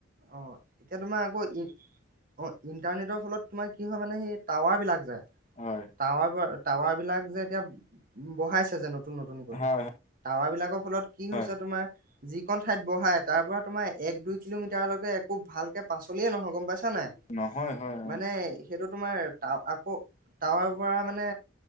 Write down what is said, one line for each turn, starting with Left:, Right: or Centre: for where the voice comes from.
Right: অ এতিয়া তোমাৰ আকৌ ই অ ইণ্টাৰনেটৰ ফলত <unintelligible> কি হয় মানে সেই টাৱাৰ বিলাক টাৱাৰ
Left: হয়
Right: টাৱাৰৰ টাৱাৰবিলাক যে এতিয়া বহাইছে যে নতুন নতুনকৈ
Left: হয় হয়
Right: টাৱাৰ বিলাকৰ ফলত কি
Left: হয়
Right: হৈছে তোমাৰ যিকন ঠাইত বহাই তাৰ পৰা তোমাৰ এক দুই কিলোমিটাৰলৈকে একো ভালকে পাচলিয়ে নহয় গম পাইছা নাই
Left: নহয় হয়
Right: মানে
Left: অ
Right: সেইটো তোমাৰ আকৌ তাৱাৰ পৰা মানে